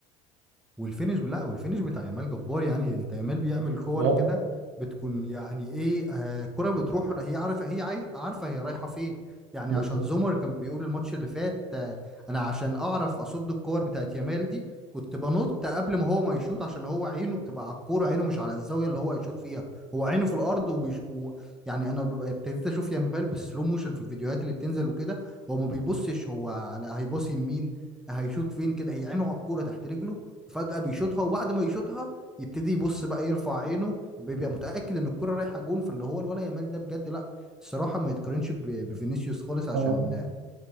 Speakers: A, in the centre; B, on the right.
A: والفينش لا والفينش بتاع يامال جبار يعني انت يامال بيعمل كور
B: اه
A: كده بتكون يعني ايه آه كرة بتروح هي عارفه هي عاير- عارفه هي رايحه فين يعني
B: بالظبط
A: عشان زومر كان بيقول الماتش اللي فات آه انا عشان اعرف اصد الكور بتاعت يامال دي كنت بنط قبل ما هو ما يشوط عشان هو عينه بتبقى على الكوره عينه مش على الزاويه اللي هو هيشوط فيها هو عينه في الارض وبيش و... يعني انا ب- ابتديت اشوف يامال بالسلو موشن في الفيديوهات اللي بتنزل وكده هو ما بيبصش هو على هيباصي لمين هيشوط فين كده هي عينه على الكوره تحت رجله وفجأة بيشوطها وبعد ما يشوطها يبتدي يبص بقى يرفع عينه يبقى بيبقى متأكد ان الكرة رايحة جون فاللي هو الولا يامال ده بجد لا الصراحة ما يتقارنش ب- بفينيسيوس خالص عشان
B: آه